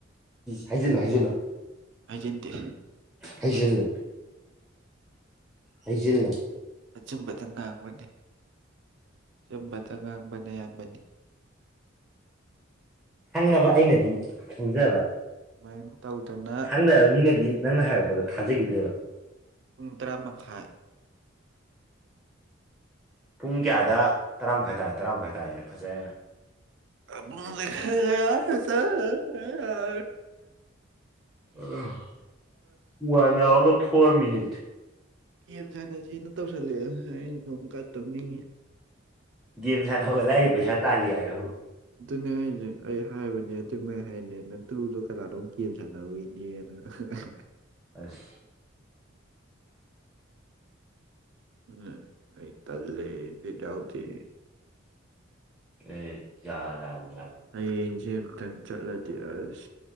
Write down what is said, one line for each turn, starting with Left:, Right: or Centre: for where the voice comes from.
Centre: ꯍꯥꯏꯖꯂ ꯍꯥꯏꯖꯂꯣ
Right: ꯍꯥꯏꯖꯤꯟꯗꯦ
Centre: ꯍꯥꯏꯁꯤꯅ ꯍꯥꯏꯁꯤꯅ
Right: ꯑꯆꯨꯝꯕꯗ ꯉꯥꯡꯕꯅꯤ ꯑꯆꯨꯝꯕꯗ ꯉꯥꯡꯕꯅ ꯑꯕꯅꯤ
Centre: ꯈꯪꯉꯕ ꯑꯩꯅꯗꯤ ꯈꯪꯖꯕ
Right: ꯑꯗꯨꯃꯥꯏꯅ ꯇꯧꯗꯅ
Centre: ꯍꯪꯗ ꯃꯤꯅꯗꯤ ꯅꯪꯅ ꯍꯥꯏꯔꯛꯄꯗ ꯊꯥꯖꯈꯤꯗꯦꯕ
Right: ꯄꯨꯡ ꯇꯔꯥ ꯃꯈꯥꯏ
Centre: ꯄꯨꯡ ꯀꯌꯥꯗ ꯇꯔꯥ ꯃꯈꯥꯏ ꯇꯥꯔꯦ ꯇꯔꯥ ꯃꯈꯥꯏ ꯇꯥꯔꯦꯅꯦ ꯐꯖꯦꯅ
Right: ꯑꯒꯁ ꯌꯥꯔ
Centre: ꯑ ꯋꯥꯒ ꯐꯣꯔ ꯃꯤꯅꯤꯠ
Right: ꯦꯝ ꯁꯅꯁꯤꯅ ꯇꯧꯁꯜꯂꯛꯦ ꯑꯩꯅ ꯅꯣꯡ ꯀꯠꯇꯕꯅꯤ
Centre: ꯦꯝꯁꯅ ꯋꯥꯂꯔꯤ ꯄꯩꯁꯥ ꯇꯥꯂꯤ ꯍꯥꯏ
Right: ꯑꯗꯨꯅꯦ ꯍꯥꯏꯁꯦ ꯑꯩ ꯍꯥꯏꯕꯅꯦ ꯑꯗꯨꯃ ꯍꯥꯏꯅꯤꯅ ꯇꯨꯗꯣ ꯀꯅꯥꯅꯣ ꯀꯦꯝ ꯁꯥꯟꯅꯧꯅꯦꯅ ꯎ
Centre: ꯑꯁ
Right: ꯎꯝ ꯑꯩ ꯊꯜ ꯂꯩ ꯄꯤꯗꯥꯎꯗꯤ
Centre: ꯑꯦ ꯌꯥꯖꯥ ꯂ
Right: ꯍꯌꯦꯡꯁꯦ ꯑꯨꯇꯪ ꯆꯠꯂꯗꯤ ꯑꯁ